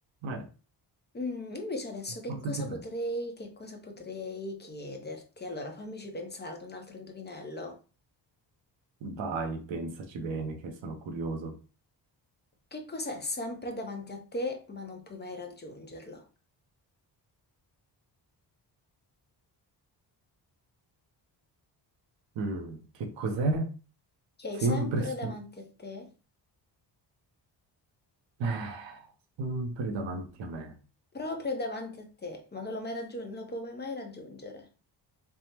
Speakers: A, on the right (about 75°); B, on the left (about 25°).
A: Eh,
B: Mm, invece adesso
A: risposta
B: che cosa
A: corretta.
B: potrei, che cosa potrei chiederti? Allora, fammici pensare ad un altro indovinello.
A: Vai, pensaci bene, che sono curioso.
B: Che cos'è sempre davanti a te, ma non puoi mai raggiungerlo?
A: Mm, che cos'è?
B: Che hai
A: Sempre
B: sempre
A: su...
B: davanti a te,
A: eh, sempre davanti a me,
B: proprio davanti a te, ma non lo, mai raggiun- non lo puoi mai raggiungere.